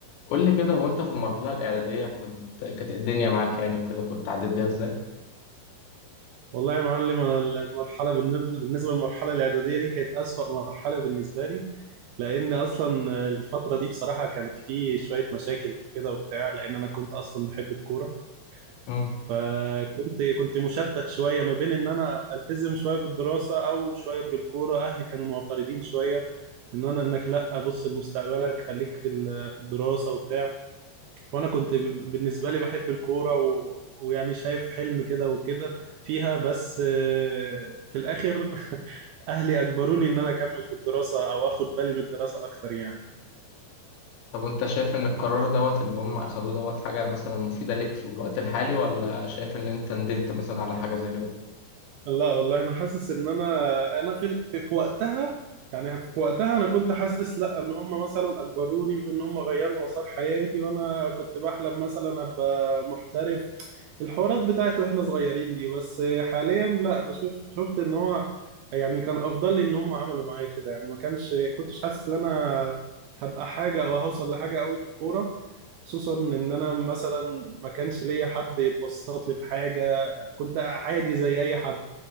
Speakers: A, on the left; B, on the right.
A: قول لي كده هو انت في المرحلة الإعدادية كنت كانت الدنيا معاك يعني وكده كنت عديت بيها ازاي؟
B: والله يا معلم انا المرحله بالنب- بالنسبه للمرحله الاعداديه دي كانت اسوأ مرحله بالنسبه لي لان اصلا الفتره دي بصراحه كان في شويه مشاكل كده وبتاع لان انا كنت اصلا بحب الكوره
A: مم.
B: فكنت كنت مشتت شويه ما بين ان انا التزم شويه بالدراسه او شويه بالكوره اهلي كانوا معترضين شويه ان انا انك لا بص لمستقبلك خليك في ال- في الدراسه وبتاع وانا كنت بالنسبه لي بحب الكوره و... ويعني شايف حلم كده وكده فيها بس آه، في الاخر <laughs> اهلي اجبروني ان انا اكمل في الدراسه او اخد بالي من الدراسه اكتر يعني
A: طب وانت شايف ان القرار دوت اللي هم أخدوه دوت حاجة مثلا مفيدة ليك في الوقت الحالي ولا شايف ان انت ندمت مثلا على حاجة زي كده؟
B: لا والله انا حاسس ان انا انا في في في وقتها يعني في وقتها انا كنت حاسس لا ان هم مثلا اجبروني وان هم غيروا مسار حياتي وانا كنت بحلم مثلا ابقى محترف الحوارات بتاعت واحنا صغيرين دي بس حاليا لا بشوف شفت ان هو يعني كان افضل لي ان هم عملوا معايا كده يعني ما كانش كنتش حاسس ان انا هبقى حاجة او هوصل لحاجة قوي في الكورة خصوصا ان انا مثلا ما كانش ليا حد يتوسط لي في حاجة كنت عادي زي اي حد